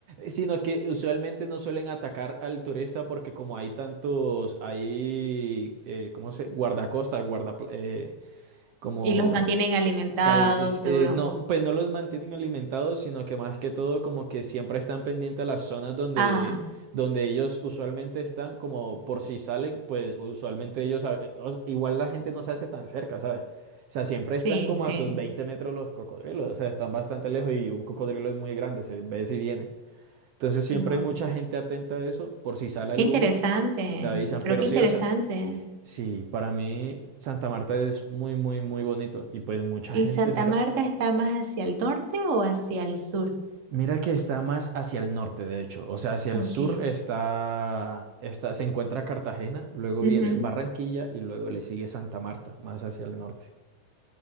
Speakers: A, on the right; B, on the right.
A: sino que usualmente no suelen atacar al turista porque como hay tantos, hay, eh, ¿cómo se? Guardacostas, guarda, eh, como
B: Y los mantienen alimentados,
A: sal- es-
B: seguro.
A: eh, no, pues no los mantienen alimentados, sino que más que todo como que siempre están pendientes a las zonas donde,
B: Ah,
A: donde ellos usualmente están, como por si salen, pues usualmente ellos, a- eh, o- igual la gente no se hace tan cerca, ¿sabes? O sea, siempre
B: sí,
A: están como
B: sí.
A: a sus 20 metros los cocodrilos, o sea, están bastante lejos y un cocodrilo es muy grande, se ve si viene. Entonces siempre
B: Dios.
A: hay mucha gente atenta a eso, por si sale
B: Qué
A: alguno,
B: interesante,
A: te avisan,
B: pero
A: pero
B: qué interesante.
A: sí, o sea, sí, para mí Santa Marta es muy, muy, muy bonito y pues mucha
B: ¿Y
A: gente,
B: Santa
A: mira.
B: Marta está más hacia el norte o hacia el sur?
A: Mira que está más hacia el norte, de hecho. O sea, hacia
B: Ok.
A: el sur está, está, se encuentra Cartagena, luego
B: ujú,
A: viene Barranquilla y luego le sigue Santa Marta, más hacia el norte.